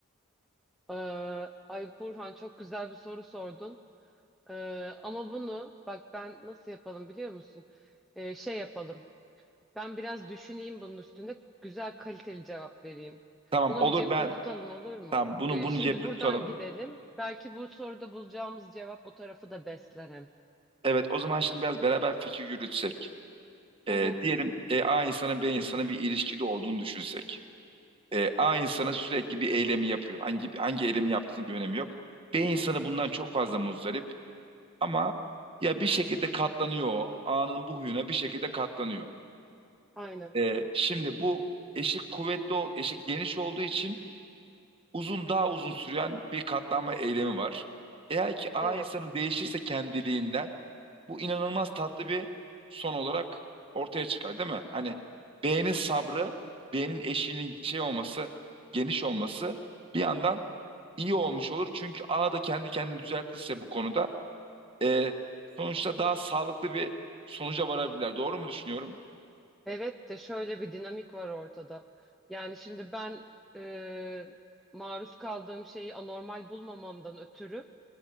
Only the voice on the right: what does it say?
Tamam
olur
ben
tamam bunu
bunu
cepte
tutalım.
Evet o zaman şimdi biraz beraber fikir yürütsek.
E,
diyelim e, A insanı B insanı bir ilişkide olduğunu düşünsek. E, A insana sürekli bir eylemi yapıyor. Hangi hangi eylemi yaptığının bir önemi yok. B insanı bundan çok fazla muzdarip ama ya bir şekilde katlanıyor o. A'nın bu huyuna bir şekilde katlanıyor.
E, şimdi bu eşik kuvvetli, ol- eşik geniş olduğu için uzun daha uzun süren bir katlanma eylemi var. Eğer ki A
insanı değişirse kendiliğinden bu inanılmaz tatlı bir son olarak ortaya çıkar değil mi? Hani B'nin sabrı, B'nin eşiğinin şey olması, geniş olması bir yandan iyi olmuş olur. Çünkü A da kendi kendini düzeltirse bu konuda e, sonuçta daha sağlıklı bir sonuca varabilirler. Doğru mu düşünüyorum?